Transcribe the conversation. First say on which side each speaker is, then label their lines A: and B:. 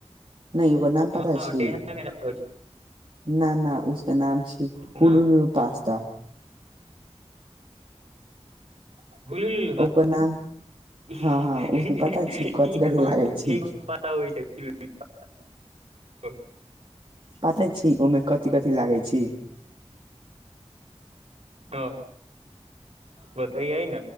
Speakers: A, on the right (about 45°); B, on the right (about 65°).
A: नहि ओकर नाम
B: हँ
A: पता छै
B: टेढ़ा मेढ़ा होइ छै
A: न न उस केना हुल
B: ने
A: हलु पास्ता
B: <inaudible>
A: ओकर नाम हँ हँ उसमे पता छी कथि कथि लागै छी पताे छी ओहिमे कथि कथी कथी लागै छी
B: हं बतैयै न